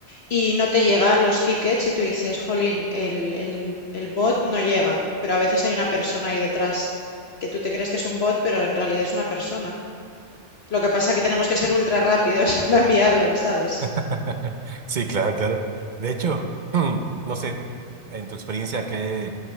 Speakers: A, on the left; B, on the right.
A: y no te llegan los tickets y tú dices, jolín, el, el- el bot no llega. Pero a veces hay una persona ahí detrás que tú te crees que es un bot, pero en realidad es una persona. Lo que pasa es que tenemos que ser ultra rápidos <laughs> para enviarlo, ¿sabes?
B: <laughs> Sí, claro, claro. De hecho, <clears throat> no sé, en tu experiencia, ¿qué,